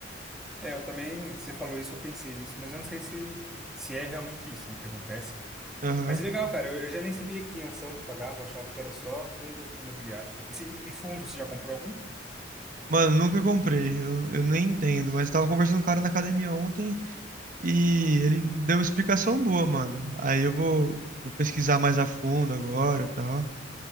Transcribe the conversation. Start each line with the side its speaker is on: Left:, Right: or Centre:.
Centre: É, eu também, você falou isso, eu pensei nisso, mas eu não sei se, se é realmente isso, né, que acontece.
Right: Aham.
Centre: Mas é legal, cara. Eu, eu já nem sabia que tinha ação que pagava, eu achava que era só fundo imobiliário. E, se- e fundo, você já comprou algum?
Right: Mano, nunca comprei. Eu, eu nem entendo. Mas eu tava conversando com um cara na academia ontem e ele deu uma explicação boa, mano. Aí eu vou, vou pesquisar mais a fundo agora e tal.